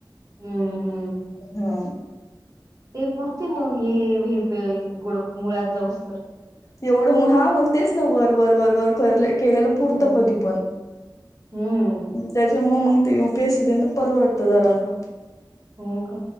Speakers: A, on the right (about 45°); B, on the left (about 40°).
A: हम्म हम्म
B: हा
A: ते पुरते मग हे भ गोड मुळात जाऊस तर
B: एवढं हा मग तेच ना वर वर वर वर करले. केलेलं परत
A: हम्म
B: कधी पण
A: हम्म.
B: त्याच्यामुळ मग ते यु पी एस सी देनं परवडतं जराचं.
A: हो का